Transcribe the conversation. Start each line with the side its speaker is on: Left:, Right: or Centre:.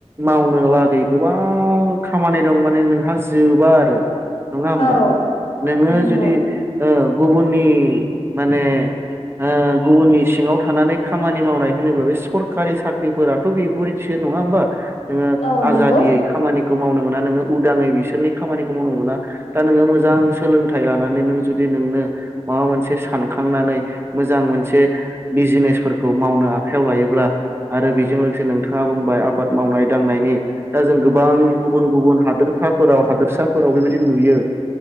Right: मावनो लागै गोबां खामानि दं माने नोंहा जोबा आरो नङा होमबा
Left: औ
Right: नोङो
Left: नंगौ
Right: जुदि ओ गुबुननि माने ओ गुबुननि सिङाव थानानै खामानि मावनाय होनोब्ला बे सरखारि साख्रिफोराथ' बेफोरबायदिसो नङा हबा नोङो
Left: औ
Right: आजादि
Left: नंगौ
Right: खामानि खौ मावनो मोना नोङो उदाङै बिसोरनि खामानिखौ मावनो मोना दा नोङो मोजां सोलोंथाइ लानानै नों जुदि नोंनो माबा मोनसे सानखांनानै मोजां मोनसे बिजनेसफोरखौ मावनो आखायाव लायोब्ला आरो बेजों लोगोसे नोंथाङा बुंबाय आबाद मावनाय दांनायनि दा जों गोबां गुबुन गुबुन हादोरसाफोराव हादोरसाफोराव बेबायदि नुयो